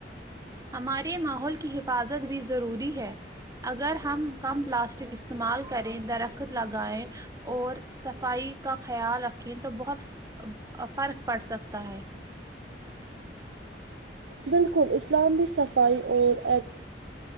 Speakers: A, on the right; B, on the right.
A: ہمارے ماحول کی حفاظت بھی ضروری ہے اگر ہم کم پلاسٹک استعمال کریں درخت لگائیں اور صفائی کا خیال رکھیں تو بہت فرق پڑ سکتا ہے
B: بالکل اسلام کی صفائی ات